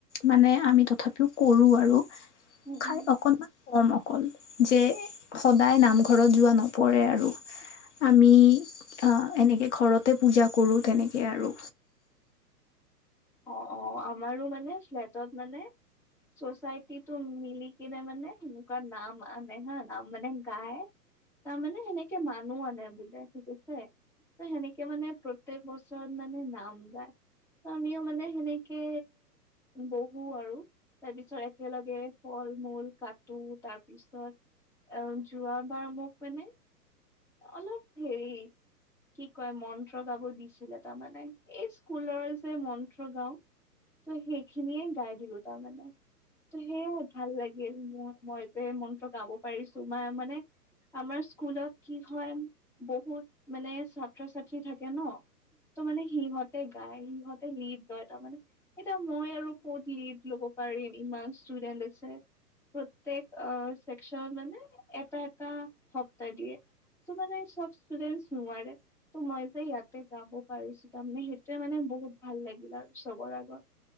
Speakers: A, on the left; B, in the centre.
A: মানে আমি তথাপিও কৰোঁ আৰু
B: উম
A: খাই
B: উম
A: অকণমান কম অকন যে সদায় নামঘৰত যোৱা নপৰে আৰু আমি অ', নেকে ঘৰতে পূজা কৰোঁ তেনেকে আৰু।
B: অ', আমাৰো মানে ফ্লেটত মানেচ। মিলি কিনে মানে তেনেকুৱা নাম আনে হা নাম মানে গায়। তাৰমানে সেনেকে মানুহ আনে বোলে ঠিক আছে। ত সেনেকে, মানে প্ৰত্যাক বছৰত মানে নাম গায়। আমিও মানে সেনেকে বহো আৰু তাৰ পিছত একেলগে ফল মূল কাটো তাৰপিছত। অ, যোৱাবাৰ মোক মানে অলপ হেৰি। কি কয় মন্ত্ৰ গাব দিছিলে তাৰমানে এই স্কুলৰ যে মন্ত্ৰ গাও। তো সেইখিনিয় গাই দিলো তাৰমানে। সেয় ভাল লাগিল মোৰ মই যে মন্ত্ৰ গাব পাৰিছো মই মানে। আমাৰ স্কুলত কি হয় বহুত মানে ছাত্ৰ ছাত্ৰী থাকে ন। ত' মানে সিহঁতে গায় সিহঁতে এ লিড লয় তাৰ মানে এয়া মই আৰু ক'ত লিড ল'ব পাৰিম ইমান ষ্টুডেন্ট আছে। প্ৰত্যেক চেক্সন মানে এটা এটা সপ্তাহ দিয়ে। ত' মানে চব ষ্টুডেন্ট নোৱাৰে ত' মই যে ইয়াতে যাব পাৰিছো তাৰ মমানে সেইটোয়ে মানে বহুত। ভাল লাগিল আৰু চবৰ আগত।